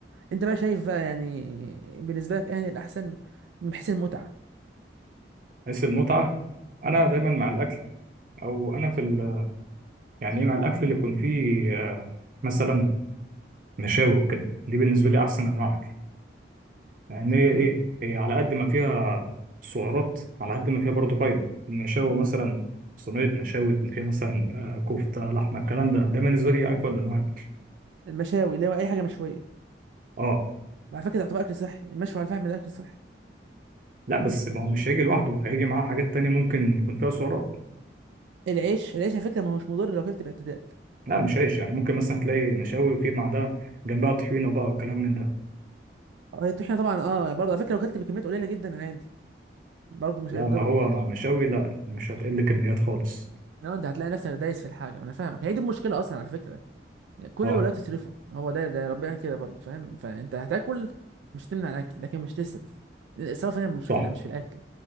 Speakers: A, on the right; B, on the right.
A: انت بقى شايف بقى يعني بالنسبه لك اهل الاحسن من حيث المتعه
B: حيث المتعة
A: مم.
B: انا دايما مع الاكل او انا في ال... يعني إيه مع الاكل اللي يكون فيه آه، مثلا مشاوي وكده دي بالنسبة لي احسن انواع اكل لان هي
A: مم.
B: ايه هي على قد ما فيها سعرات على قد ما فيها برضه فايدة المشاوي مثلا صينية مشاوي يكون فيها مثلا آه، كفتة لحمة الكلام ده ده بالنسبة لي اجود انواع الاكل
A: المشاوي اللي هو اي حاجه مشويه
B: اه
A: على فكره ده يعتبر اكل صحي المشوي على الفحم ده اكل صحي
B: لا بس ما هو مش هيجي لوحده هيجي معاه حاجات تانية ممكن يكون فيها سعرات
A: العيش العيش على فكره ما هوش مضر لو اكلت باعتدال
B: لا مش عيش يعني ممكن مثلا تلاقي مشاوي وفي بعدها جنبها طحينه بقى وكلام من ده
A: آه، الطحينه طبعا اه برضه على فكره لو اكلت بكميات قليله جدا عادي برضه مش
B: لا
A: هيضرك
B: ما هو
A: يعني
B: مع المشاوي لا انت مش هتقل كميات خالص
A: لو انت هتلاقي نفسك دايس في الحاجه ما انا فاهمك هي دي المشكله اصلا على فكره يعني كل
B: اه
A: ولا تصرفه هو ده ده ربنا كده برضه فاهم فانت هتاكل مش تمنع الاكل لكن مش تسرف الاسراف هنا المشكله
B: صح
A: مش في الاكل